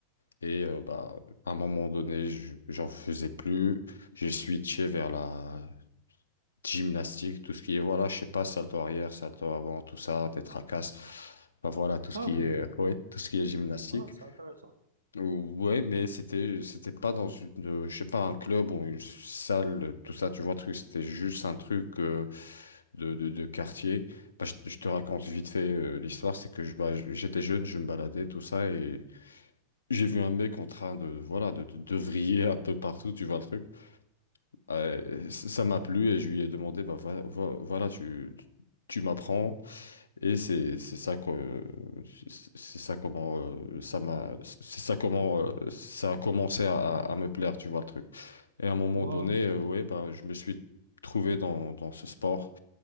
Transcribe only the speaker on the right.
Ah,
ok.
Ah, c'est intéressant. <laughs>
Ouais,
ouais.